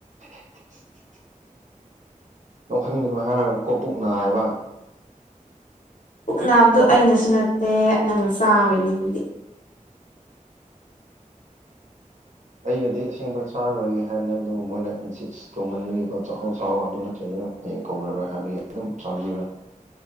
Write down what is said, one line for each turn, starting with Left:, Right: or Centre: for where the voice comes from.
Right: <unintelligible> ꯌꯈꯟꯒꯅꯨ ꯍꯥꯏꯔꯒꯀꯣ ꯄꯨꯛ ꯅꯥꯏꯌꯦꯕ
Left: ꯄꯨꯛ ꯅꯥꯕꯗꯣ ꯑꯩꯅꯁꯨ ꯅꯠꯇꯦ ꯅꯪꯅ ꯆꯥꯕꯩꯅꯤ ꯑꯗꯨꯗꯤ
Right: ꯑꯩꯅꯗꯤ ꯑꯁꯦꯡꯕ ꯆꯥꯔꯔꯣꯏꯒꯦ ꯍꯥꯏꯕꯅꯦ ꯑꯗꯨ ꯃꯣꯏꯅ ꯏꯟꯁꯤꯠꯁ ꯇꯣꯡꯃꯟꯕꯒꯤꯀꯣ ꯆꯥꯎꯥꯛ ꯆꯥꯎꯥꯛ ꯑꯗꯨ ꯅꯠꯇ꯭ꯔꯒꯗꯤ ꯍꯌꯦꯡ ꯀꯧꯅꯔꯣꯏ ꯍꯥꯏꯕꯒꯤ ꯑꯗꯨꯝ ꯆꯥꯕꯤꯔꯣꯏ